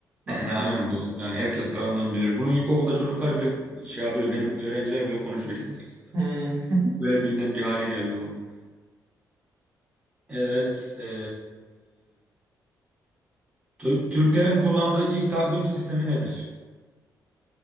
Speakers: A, on the right; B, on the right.
A: Basitti
B: <laughs> Aynen
A: zaten.
B: bu. Yani herkes tarafından bilir. Bunu ilkokulda çocuklar bile şey yapıyor. Benim öğrenciler bile konuşuyor kendi arasında.
A: Hmm.
B: Böyle bilinen bir hale geldi bu. Evet. eee, Tü- Türklerin kullandığı ilk takvim sistemi nedir?